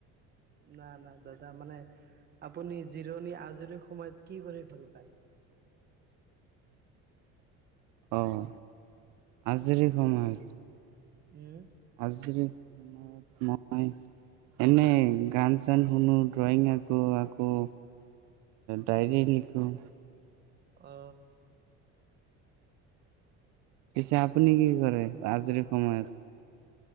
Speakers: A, on the right; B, on the right.
A: না না দাদা মানে আপুনি জিৰণি আজৰি সময়ত কি কৰি ভাল পায়
B: অঁ আজৰি সময়ত
A: উম
B: আজিৰ মই এনেই গান চান শুনো ড্ৰয়িং আকো আকৌ ডাইৰী লিখোঁ
A: অ
B: পিছে আপুনি কি কৰে আজৰি সময়ত